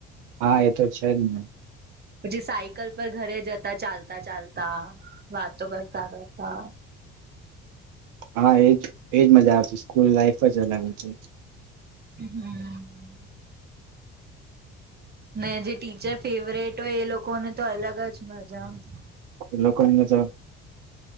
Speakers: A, on the right; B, on the right.
A: હા એ તો છે જ ને
B: પછી સાયકલ ઘરે જતા ચાલતા ચાલતા વાતો કરતા કરતા.
A: હા એજ એજ મજા આવતી સ્કૂલ લાઈફ. જા લાગ છે.
B: હમ. ને જે ટીચર ફેવરેટ હોય એ લોકોને તો અલગ જ મજા આવતી.
A: લોકોકને તો